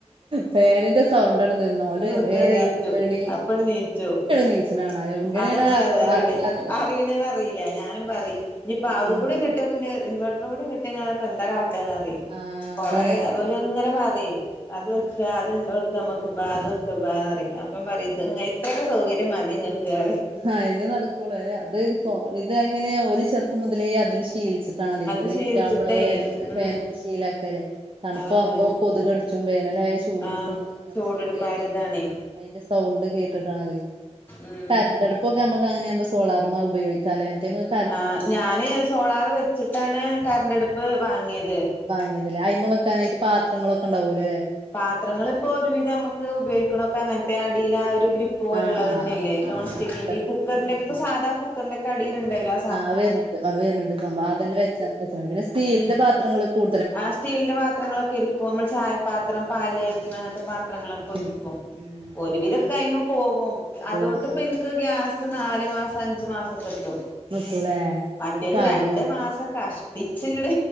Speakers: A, on the right (about 50°); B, on the left (about 15°).
A: ഫാനിന്റെ സൗണ്ടണ് നിന്നോല്
B: നിന്ന
A: ഏഹ്
B: നീച്ചു
A: എണീ
B: അപ്പണ്ട് നീച്ചു
A: നീച്ചണ കാണാ എങ്ങനെയാണ്
B: അത് അത് റെഡിയ
A: അറിയണ അറിയില്ല
B: അറിയണത അറിയില്ല ഞാനും
A: ആഹ്
B: പറയ് ഇനിപ്പ അതും കൂടി കിട്ടിയാക്കുന് ഇൻവേറ്ററുങ്കൂടി കിട്ടിയാങ്ങള് എന്താ കാട്ടാന്നറിയി
A: ആഹ്
B: കൊറേ
A: അതാണ്
B: ഇങ്ങനെ പറയും. അത്
A: ഉം
B: വെക്ക അത്ണ്ടാ വെക്ക് മ്മ്ക്ക്മ്പാ അത് വെക്കമ്പാ റയ് അപ്പം പറയ്ത് ഇത്രൊക്കെ സൗകര്യം മതി ഇങ്ങക്ക്റിയും.
A: ആഹ് എന്നെ നടക്കുള്ളൂ. അത് ഇത് ഇങ്ങനെ ഓല് ചെറുപ്പം മുതലേ അതില് ശീല് ശീലിച്ചിട്ടാണല്ലേ
B: അത്
A: ഇത്രേം
B: ശീലിച്ചിട്ടേ
A: ഉറ്റാമ്പളേ നമ്മള്
B: ഉം
A: ഫാനിട്ട് ശീലാക്കാല്ലേ തണുപ്പാമ്പൊ
B: അതാണ്
A: കൊതുകടി ച്ചും വേനലായ ചൂട്
B: ആഹ്
A: ട്ക്കും അങ്ങനെ
B: ചൂടെടുക്കാരിതാണേ
A: ശീലായിട്ട് അതിന്റെ സൗണ്ട് കേട്ടിട്ടാണത്.
B: ഉം
A: കരണ്ടടുപ്പൊക്കെ നമക്ക് അങ്ങനാവ്മ്പോ സോളാറ്മെ ഉപയോഗിക്കാലെ മറ്റേ നമക്ക്
B: ആഹ് ഞാന് സോളാറ് വെച്ചിട്ടാണ് കരണ്ടടുപ്പ് വാങ്ങിയത്.
A: വാങ്ങിയത് ലെ ഐമെ വെക്കാനായിട്ട് പാത്രങ്ങളൊക്കെണ്ടാവൊല്ല ലേ?
B: പാത്രങ്ങള് ഇപ്പോ ഒരുവിധം നമക്ക് ഉപയോഗിക്കണൊക്കെ അങ്ങൻത്തെ അടീലാ ആഹ് ഒരു ഗ്രിപ്പ് പോലുള്ളതന്നെല്ലേ
A: ആഹ് ആഹ് ആഹ്
B: നോൺ
A: ആഹ്
B: റ്റിക്കിൻ്റെ
A: ആഹ്
B: കുക്കർന്റെ
A: നോട്സ്
B: ഇപ്പം സാധാ കുക്കർന്റെ അടിയില്ണ്ടല്ലോ?
A: ആഹ് അത് വര്ണണ്ട് വര്ണണ്ട് സംഭവം അതന്നെ വെച്ചാ വെച്ചമതി പിന്നെ സ്റ്റീൽൻ്റെ പാത്രങ്ങള് കൂ
B: ആഹ് സ്റ്റീൽന്റെ പത്രങ്ങളൊക്കെ ഇരിക്കും നമ്മള് ചായ പാത്രം പാല് കാച്ച്ണ
A: ഉം
B: അങ്ങൻത്തെ പാത്രങ്ങളൊക്കെ
A: ഉം
B: ഉരുക്കും
A: ഉം ഉം
B: ഒരുവിധൊക്കയ്മ
A: സുഖാണ്
B: പോകും
A: പോവും
B: അതോട്ട് ഇപ്പം ഇൻക്ക് ഗ്യാസ് നാല് മാസം അഞ്ച് മാസം കിട്ടും
A: നിക്കൂലേ
B: മറ്റേത്
A: നല്ലൊരു കാര്യാണിത്
B: രണ്ട് മാസം കഷ്ട്ടിച്ച് ഇങ്ങട്